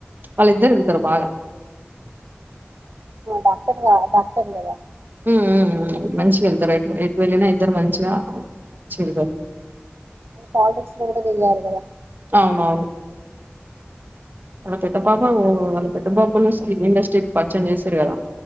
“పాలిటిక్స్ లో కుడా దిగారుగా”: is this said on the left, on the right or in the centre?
Right